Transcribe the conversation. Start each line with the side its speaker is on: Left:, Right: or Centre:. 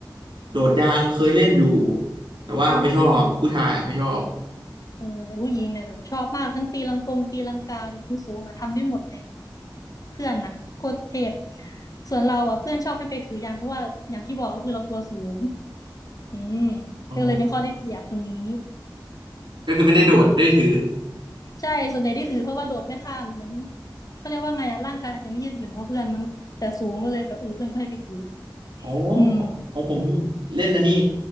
Right: โดดยางเคยเล่นอยู่แต่ว่าไม่ชอบผู้ชายอ่ะไม่ชอบ
Left: เออเออแต่ผู้หญิงเนี่ยแบบชอบมากทั้งตีลังกงตีลังกาดูผู้สูงอะทำได้หมดเลยเพื่อนอะโคตรเทพส่วนเราอะเพื่อนชอบให้ไปถือยางเพราะว่าอย่างที่บอกก็คือเราตัวสูงอืม
Right: อ๋อ
Left: ก็เลยเป็นข้อได้เปรียบตรงนี้
Right: ก็คือไม่ได้โดดได้ถือ
Left: ใช่ส่วนใหญ่ได้ถือเพราะว่าโดดไม่ข้ามเหมือนเขาเรียกว่าไงอะร่างกายอาจจะไม่ยืดหยุ่นเท่าเพื่อนมั้งแต่สูงก็เลยแบบเออเพื่อนก็ให้ไปถือ
Right: โอ้
Left: อืม
Right: ของของผมเล่นนะนนี่